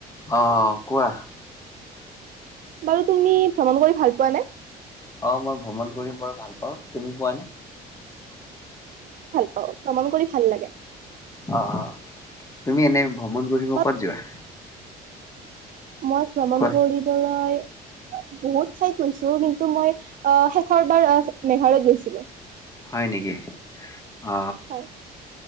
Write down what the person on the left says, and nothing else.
অ কোৱা।
অ মই ভ্ৰমণ কৰি বৰ ভাল পাওঁ। তুমি পোৱা নে?
অ, তুমি এনে ভ্ৰমণ কৰিব
ক'ত যোৱা?
কোৱা
হয় নেকি? অ।